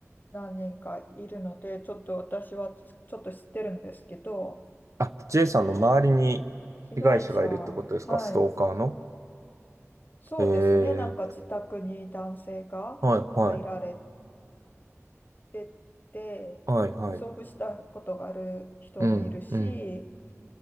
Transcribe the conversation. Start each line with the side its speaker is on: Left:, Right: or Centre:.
Left: 何人かいるので、ちょっと私はちょっと知ってるんですけど、
Right: あ、J さんの周りに被害者がいるってことですか、
Left: 被害者、はい、
Right: ストーカーの。
Left: そうですね、
Right: ええ
Left: なんか自宅に男性が入られ
Right: はい、はい、
Left: てて、
Right: はい、はい。
Left: 遭遇したことがある人もいるし、
Right: うん、うん。